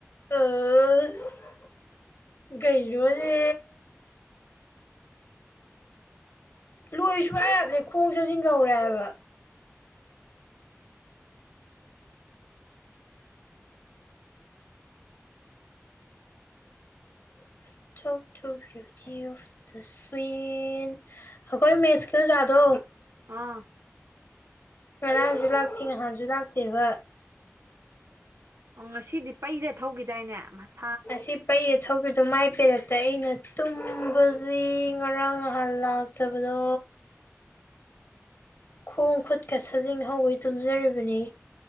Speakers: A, on the left (about 55°); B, on the right (about 70°).
A: ꯑꯁ ꯀꯩꯩꯅꯣꯅꯦ ꯂꯣꯏ ꯁꯨꯡꯌꯥ ꯌꯥꯗ꯭ꯔꯦ ꯈꯣꯡ ꯁꯖꯤꯡꯒ ꯍꯧꯔꯦ ꯍꯥꯏꯕ꯫ <unintelligible> <unintelligible> ꯑꯈꯣꯏ ꯃꯦꯁ ꯀꯤ ꯑꯣꯖꯥꯗꯣ
B: ꯑꯥ
A: ꯉꯔꯥꯡꯁꯨ ꯂꯥꯛꯇꯦ ꯅꯍꯥꯟꯁꯨ ꯂꯥꯛꯇꯦꯕ
B: ꯑꯣ ꯉꯁꯤꯗꯤ ꯄꯩꯔ ꯊꯧꯈꯤꯗꯥꯏꯅꯦ ꯃꯥꯁꯦ
A: ꯑꯁꯤ ꯄꯩꯔ ꯊꯧꯈꯤ ꯃꯥꯏ ꯄꯦꯔꯛꯇ ꯑꯩꯅ ꯇꯨꯝꯕꯁꯤ ꯉꯔꯥꯡ ꯅꯍꯥꯟ ꯂꯥꯛꯇꯕꯗꯣ ꯈꯣꯡ ꯈꯨꯠꯀ ꯁꯥꯖꯤꯡ ꯍꯧꯒꯩ ꯇꯨꯝꯖꯔꯤꯕꯅꯤ